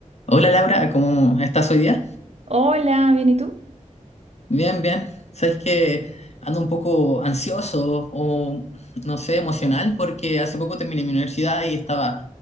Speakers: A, on the left; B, on the right.
A: Hola Laura, ¿cómo estás hoy día?
B: Hola, ¿bien y tú?
A: Bien, bien. Sabes que ando un poco ansioso o no sé, emocional porque hace poco terminé mi universidad y estaba